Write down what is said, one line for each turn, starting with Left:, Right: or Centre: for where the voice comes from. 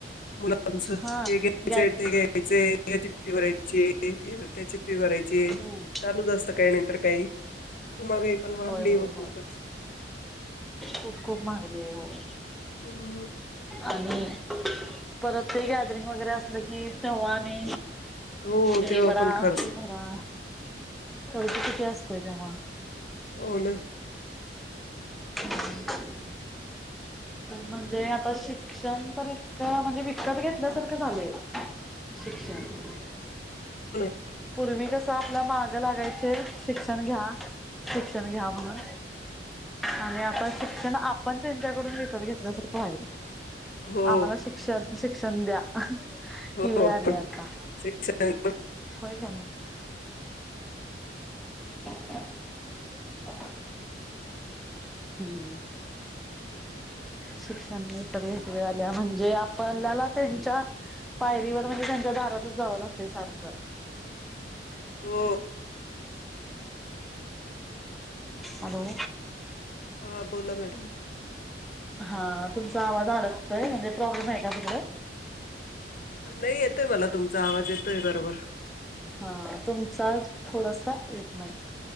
Left: मुलांचं, हे
Centre: हा
Left: घ्यायचंय,
Centre: गॅज
Left: ते घ्यायचंय, फि भरायची ते त्याची फी भरायची,
Centre: हम्म
Left: चालूच असत, काही नाहीतर काही. माहागाई पण वाढली
Centre: होय होय
Left: ना
Centre: होय
Left: खूपच
Centre: खूप खूप महागली आहे, होय.
Left: हम!
Centre: आणि, परत ते गॅदरिंग वगैरे असलं कि, तेव्हा आणि
Left: हो,
Centre: हे
Left: तेव्हा
Centre: भरा
Left: पण ख
Centre: भरा, खर्च किती असतोय तेव्हा
Left: हो ना.
Centre: <inaudible> म्हणजे आता शिक्षण तर इतकं, म्हणजे विकत घेतल्यासारखं झालय. शिक्षण.
Left: <unintelligible>
Centre: पूर्वी कसं आपल्या माग लागायचे, शिक्षण घ्या, शिक्षण घ्या, म्हणून. आणि आता शिक्षण आपण त्यांच्याकडून विकत घेतल्यासारखं राहिल
Left: हो
Centre: आम्हाला शिक्षण शिक्षण द्या ही
Left: हो
Centre: वेळ आली आता.
Left: शिक्षण
Centre: हो काणी <unintelligible> <inaudible> हम्म. शिक्षण विकत घ्यायची वेळ आली म्हणजे आपणल्याला त्यांच्या पायरीवर म्हणजे त्यांच्या दारातच जावं लागते सारखं
Left: हो.
Centre: हॅलो.
Left: हा बोला मॅडम
Centre: हा तुमचा आवाज अडकतोय म्हणजे प्रॉब्लेम आहे का तिकडं?
Left: नाही येतोय मला तुमचा आवाज येतोय बरोबर.
Centre: हा तुमचा थोडासा येत नाही.